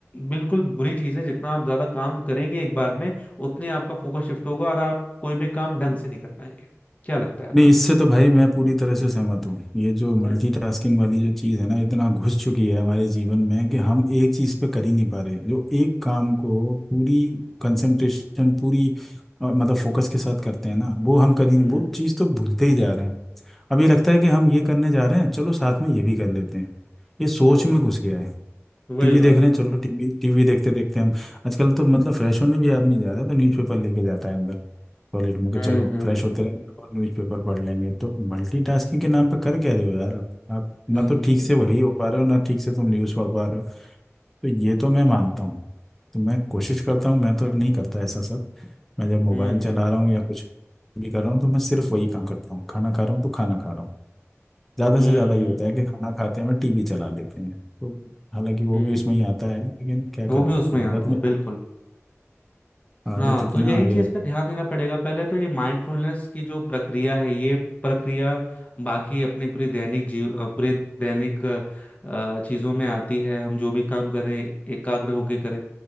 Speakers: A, on the left (about 30°); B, in the centre.
A: बिल्कुल बुरी चीज है जितना आप ज्यादा काम करेंगे एक बार में उतने आपका फोकस शिफ्ट होगा और आप कोई भी काम ढंग से नहीं कर पाएंगे क्या लगता है आपको
B: नहीं इससे तो भाई मैं पूरी तरह से सहमत हूँ ये जो मल्टीटास्किंग
A: हम्म
B: वाली जो चीज़ है ना इतना घुस चुकी है हमारे जीवन में कि हम एक चीज़ पे कर ही नहीं पा रहे जो एक काम को पूरी कंसंट्रेशन पूरी अ, मतलब फोकस के साथ करते हैं ना वो हम कर ही
A: हम्म
B: नहीं वो चीज़ तो भूलते ही जा रहे हैं अब ये लगता है कि हम ये करने जा रहे हैं चलो साथ में ये भी कर लेते हैं ये सोच
A: हम्म,
B: में घुस गया है
A: वही
B: टीवी
A: बात
B: देख रहे हैं
A: है
B: चलो टीवी टीवी देखते देखते हम आजकल तो मतलब फ्रेश होने भी आदमी जा रहा है तो न्यूज़पेपर लेके जाता है अंदर टॉयलेट में कि
A: हम्म
B: चलो
A: हम्म
B: फ्रेश होते रहेंगे और न्यूज़पेपर पढ़ लेंगे तो मल्टीटास्किंग के नाम पे कर क्या रहे हो यार आप आप ना
A: हम्म
B: तो ठीक से वही हो पा रहे हो ना ठीक से तुम न्यूज़ पढ़ पा रहे हो तो ये तो मैं मानता हूँ तो मैं कोशिश करता हूँ मैं तो नहीं करता ऐसा सब मैं जब मोबाइल
A: हम्म
B: चला रहा हूँ या कुछ भी कर रहा हूँ तो मैं सिर्फ वही काम करता हूँ खाना खा रहा हूँ तो खाना खा रहा हूँ ज़्यादा
A: हम्म
B: से ज़्यादा
A: हम्म,
B: ये होता है कि खाना खाते में टीवी चला लेते हैं तो हालांकि वो
A: हम्म,
B: भी उसमें ही आता है लेकिन क्या करा
A: वो भी
B: जाए
A: उसमें आता
B: आदत
A: है
B: में
A: बिल्कुल
B: आदत
A: ना
B: इतना
A: तो यही
B: आ गया
A: चीज
B: है।
A: पे ध्यान देना पड़ेगा पहले तो ये माइंडफुलनेस की जो प्रक्रिया है ये प्रक्रिया बाकी अपनी पूरी दैनिक जीव अ, पूरे दैनिक अ, अ, चीजों में आती है हम जो भी काम करें एकाग्र होके करें